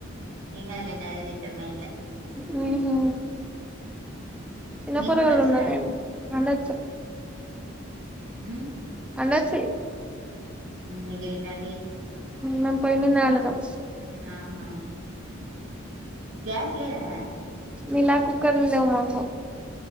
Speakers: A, on the right (about 65°); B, in the centre.
A: ఏం కాదులే ఆదే తింటర్ మా ఇంట్ల
B: హు హు చిన్న
A: మీకుండొచ్చా
B: పోరగల్లవున్నారేం ఉండచ్చు
A: హమ్
B: అలాగే
A: మీ గ్రేటండి
B: మేమ్ పొయ్యిమెదవొందుతం
A: ఆహా గ్యాస్ లేదా
B: మీలా కుక్కర్లు లేవు మాకు